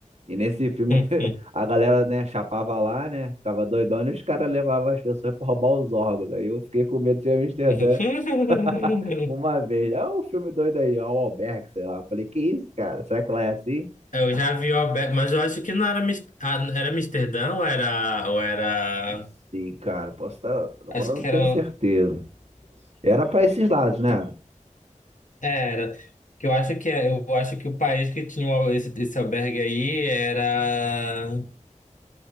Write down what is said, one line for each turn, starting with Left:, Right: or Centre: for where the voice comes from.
Right: E nesse filme
Left: <laughs>
Right: <laughs> a galera, né, chapava lá, né, ficava doidona e os caras levavam as pessoas pra roubar os órgãos. Aí eu fiquei com medo de Amsterdã
Left: <laughs>
Right: <laughs> Uma vez. É o filme doido aí, ó, o Albergue, sei lá. Eu falei, que isso, cara? Será que lá é assim?
Left: Eu
Right: Ah,
Left: já vi o Alberto, mas eu acho que não era, Mis- ah, era Amsterdã ou era, ou era.
Right: não sei, cara. Posso estar. Agora
Left: Acho
Right: eu
Left: que
Right: não tenho
Left: era.
Right: certeza. Era pra esses lados, né?
Left: é, Era. Que eu acho que é- eu acho que o país que tinha o- esse, esse albergue aí era.